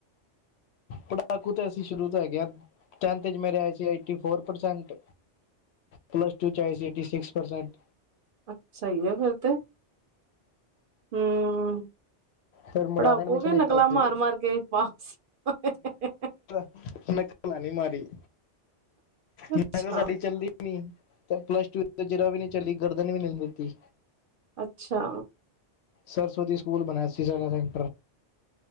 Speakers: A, on the left; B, on the right.
A: ਪੜਾਕੂ ਤੇ ਅਸੀ ਸ਼ੁਰੂ ਤੋਂ ਹੈਗੇ ਆ ਟੈਨਥ ਚ ਮੇਰੇ ਆਏ ਸੀ eighty four percent. Plus two ਚ ਆਈ ਸੀ ਏਟੀ ਸਿਕਸ ਪਰਸੈਂਟ।
B: ਅੱਛਾ ਸਹੀ ਆ ਫੇਰ ਤੇ। ਹੂੰ।
A: ਫਿਰ
B: ਪੜਾਕੂ
A: ਮੁਲਾਨ ਐਡਮਿਸ਼ਨ
B: ਵੀ ਨਕਲਾਂ
A: ਲਿੱਤਾ
B: ਮਾਰ
A: ਸੀ
B: ਮਾਰ ਕੇ ਪਾਸ ਹੋਏ।
A: ਉਹ ਮੈਂ ਨਕਲਾਂ ਨੀ ਮਾਰੀ
B: ਅੱਛਾ,
A: ਨਕਲ ਸਾਡੀ ਚੱਲੀ ਨੀ ਤੇ ਪਲੱਸ ਟੂ ਚ ਤਾਂ ਜ਼ਰਾ ਵੀ ਨੀ ਚੱਲੀ ਗਰਦਨ ਵੀ ਨੀ ਹਿਲਨ ਦਿੱਤੀ।
B: ਅੱਛਾ।
A: ਸਰਸਵਤੀ ਸਕੂਲ ਬਣਾਇਆ ਸੀ ਸਾਰਾ ਦਿਨ।